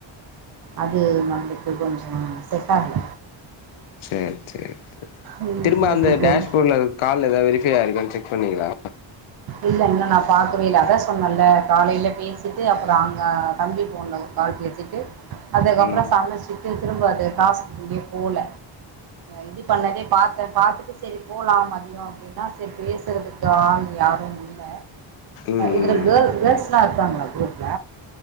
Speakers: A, on the right; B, on the left.
A: அது நம்மளுக்கு கொஞ்சோ செட் ஆகல.
B: சேரி சேரி சேரி
A: வீட்லயே
B: திரும்ப அந்த
A: இருக்கட்டும்.
B: டேஷ்போர்ட்ல எதாவது கால் எதாவது வெரிஃபை ஆயிருக்கானு செக் பண்ணீங்களா.
A: இல்ல இன்னு நா பாக்கவே இல்ல அதா சொன்னல்ல காலையில பேசிட்டு அப்புறோ அங்க தம்பி போன்ல ஒரு கால் பேசிட்டு. அதுக்கப்புறோ
B: ம்
A: சமச்சுட். ட்டு திரும்ப அது டாஸ்குள்லயே போல. இது பண்ணதே பாத்தே பாத்துட்டு சேரி போலா மதியோ அப்படின்னா சேரி பேசுறதுக்கு ஆள். யாரும் இல்ல.
B: ம்
A: இதுல
B: ம்
A: கேள்ஸ் கேள்ஸ்ல்லா இருக்காங்களா குரூப்ல.